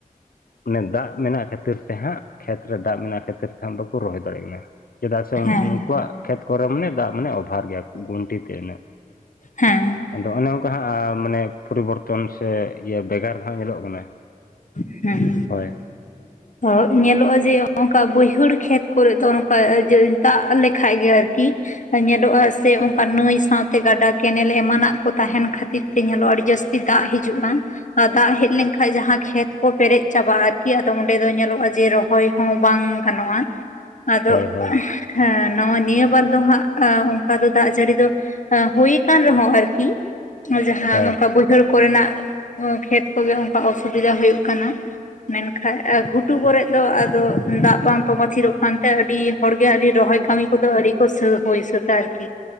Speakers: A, on the left; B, on the left.
A: ᱢᱟᱱᱮ ᱫᱟᱜ ᱢᱮᱱᱟᱜ ᱠᱷᱟᱹᱛᱤᱨ ᱛᱮ ᱦᱟᱸᱜ ᱠᱷᱮᱛ ᱨᱮ ᱫᱟᱜ ᱢᱮᱱᱟᱜ ᱠᱷᱟᱹᱛᱤᱨ ᱛᱮ ᱦᱟᱸᱜ ᱵᱟᱠᱚ ᱨᱚᱦᱚᱭ ᱫᱟᱲᱮᱭᱟᱜ ᱠᱟᱱᱟ᱾ ᱪᱮᱫᱟᱜ ᱥᱮ ᱩᱱ
B: ᱦᱮᱸ
A: ᱩᱱᱠᱩᱣᱟᱜ ᱠᱷᱮᱛ ᱠᱚᱨᱮ ᱢᱟᱱᱮ ᱫᱟᱜ ᱢᱟᱱᱮ ᱚᱵᱷᱟᱨ ᱜᱮᱭᱟ, ᱜᱩᱱᱴᱷᱤ ᱛᱮ ᱤᱱᱟᱹᱜ᱾
B: ᱦᱮᱸ᱾
A: ᱟᱫᱚ ᱚᱱᱮ ᱚᱸᱠᱟ ᱦᱟᱸᱜ ᱟᱸ ᱢᱟᱱᱮ ᱯᱷᱚᱨᱤᱵᱚᱨᱛᱚᱱ ᱥᱮ ᱤᱭᱟᱹ ᱵᱮᱜᱟᱨ ᱦᱟᱸᱜ ᱧᱮᱞᱚᱜ ᱠᱟᱱᱟ᱾
B: ᱦᱩᱸ,
A: ᱦᱳᱭ
B: ᱦᱚᱭᱼᱜ ᱧᱮᱞᱚᱜᱼᱟ ᱡᱮ ᱚᱝᱠᱟ ᱵᱟᱹᱭᱦᱟᱹᱲ ᱠᱷᱮᱛ ᱠᱚᱨᱮᱜ ᱫᱚ ᱱᱚᱝᱠᱟ ᱟᱹᱡᱟᱹ ᱫᱟᱜ ᱞᱮᱠᱷᱟᱡ ᱜᱮ ᱟᱨᱠᱤ ᱧᱮᱞᱚᱜᱼᱟ ᱥᱮ ᱚᱱᱠᱟ ᱱᱟᱹᱭ ᱥᱟᱶᱛᱮ ᱜᱟᱰᱟ ᱠᱮᱱᱮᱞ ᱮᱢᱟᱱᱟᱜ ᱠᱚ ᱛᱟᱦᱮᱱ ᱠᱷᱟᱹᱛᱤᱨ ᱛᱮ ᱧᱮᱞᱚᱜᱼᱟ ᱟᱹᱰᱤ ᱡᱟᱹᱥᱛᱤ ᱫᱟᱜ ᱦᱤᱡᱩᱜᱼᱟ ᱟᱨ ᱫᱟᱜ ᱦᱮᱡ ᱞᱮᱝᱠᱷᱟᱡ ᱡᱟᱦᱟᱸ ᱠᱷᱮᱛ ᱠᱚ ᱯᱮᱨᱮᱡ ᱪᱟᱵᱟᱜᱼᱟ ᱟᱨᱠᱤ ᱟᱫᱚ ᱚᱸᱰᱮ ᱫᱚ ᱧᱮᱞᱚᱜᱼᱟ ᱡᱮ ᱨᱚᱦᱚᱭ ᱦᱚᱸ ᱵᱟᱝ ᱜᱟᱱᱚᱜᱼᱟ, ᱟᱫᱚᱻᱜ
A: ᱦᱳᱭ ᱦᱳᱭ
B: ᱦᱮᱸ ᱱᱚᱜᱼᱚᱭ ᱱᱤᱭᱟᱹ ᱵᱟᱨ ᱫᱚ ᱦᱟᱸᱜ ᱮᱸ ᱚᱸᱠᱟ ᱫᱚ ᱫᱟᱜ ᱡᱟᱹᱲᱤ ᱫᱚ ᱮᱸ ᱦᱩᱭ ᱠᱟᱱ ᱨᱮᱦᱚᱸ ᱟᱨᱠᱤ ᱟᱸ ᱡᱟᱦᱟᱸ
A: ᱦᱳᱭ
B: ᱚᱱᱠᱟ ᱵᱟᱹᱭᱦᱟᱹᱲ ᱠᱚᱨᱮᱱᱟᱜ ᱩᱸ ᱠᱷᱮᱛ ᱠᱚᱜᱮ ᱚᱱᱠᱟ ᱚᱥᱩᱵᱤᱫᱷᱟ ᱦᱩᱭᱩᱜ ᱠᱟᱱᱟ, ᱢᱮᱱᱠᱷᱟᱻᱡᱼᱟ ᱜᱷᱩᱴᱩ ᱠᱚᱨᱮᱫ ᱫᱚ ᱟᱫᱚ ᱫᱟᱜ ᱵᱟᱝ ᱛᱚᱸᱵᱟ ᱛᱷᱤᱨᱳᱜ ᱠᱷᱟᱱ ᱛᱮ ᱟᱹᱰᱤ ᱦᱚᱲ ᱜᱮ ᱟᱹᱰᱤ ᱨᱚᱦᱚᱭ ᱠᱟᱹᱢᱤ ᱠᱚᱫᱚ ᱟᱹᱣᱨᱤ ᱠᱚ ᱥᱟᱹ ᱦᱩᱭ ᱥᱟᱹᱛᱼᱟ ᱟᱨᱠᱤ᱾